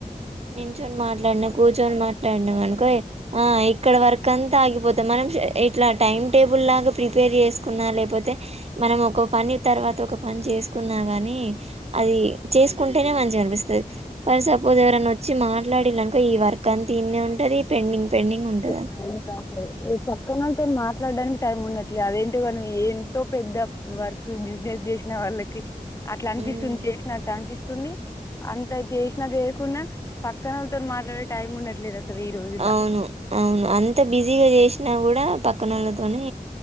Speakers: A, on the right; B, on the left.
A: నించోని మాట్లాడినా కూర్చొని మాట్లాడినాం అనుకో ఆ ఇక్కడ వర్క్ అంత ఆగిపోతే మనం షె ఇట్లా టైమ్ టేబుల్ లాగా ప్రిపేర్ చేసుకున్నా లేకపోతే మనం ఒక పని తర్వాత ఒక పని చేసుకున్నా గాని అది చేసుకుంటేనే మంచిగా అని పిస్తాది ఫార్ సపోజ్ ఎవరనోచ్చి మాట్ మాట్లాడిళనుకో ఈ వర్క్ అంతిడ్నే ఉంటది. పెడింగ్ పెండింగ్ ఉంట్
B: టైం ఉంటే అస్సల్ ఏ పక్కనతో మాట్లాడడానికి టైం ఉన్నట్లే అదేంటే మనం ఎంతో పెద్ద వర్క్ బిజినెస్ చేసిన వాళ్ళకి. అట్లా అనిపిస్తుంది.
A: ఉమ్
B: చేసినట్టు అనిపిస్ తుంది. అంత చేసినా చేయకుండా పక్క వాళ్ళతో మాట్లాడే టైం ఉండట్లేదు అస్సల్ ఈ రోజుల్లా
A: అవును అవును అంత బిజీగా చేసినా కూడా పక్కన వాళ్ళతోని